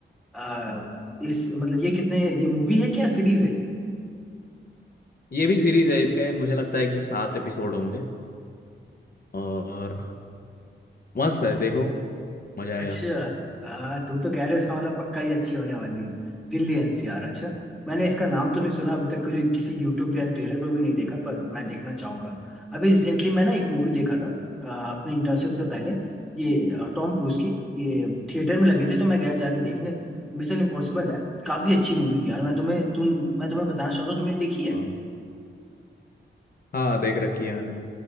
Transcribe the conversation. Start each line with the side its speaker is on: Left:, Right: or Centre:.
Centre: अ, इस मतलब ये कितने ये मूवी है क्या सीरीज है
Left: ये भी सीरीज है इसका मुझे लगता है कि सात एपिसोड होंगे और मस्त है देखो मजा आएगा
Centre: अच्छा आ, तुम तो कह रहे हो इसका मतलब पक्का ही अच्छी होने वाली है दिल्ली एनसीआर अच्छा मैंने इसका नाम तो नहीं सुना अभी तक किसी किसी यूट्यूब या ट्रेलर पर भी नहीं देखा पर मैं देखना चाहूंगा अभी रिसेंटली मैं ना एक मूवी देखा था आ, अपने इंटर्नशिप से पहले ये आ, टॉम क्रूज की ये थिएटर में लगी थी तो मैं गया जाके देखने मिशन इम्पॉसिबल है काफी अच्छी मूवी थी यार मैं तुम्हें तुम मैं तुम्हें बताना चाहता हूँ तुमने देखी है
Left: हाँ हाँ देख रखी है मैंने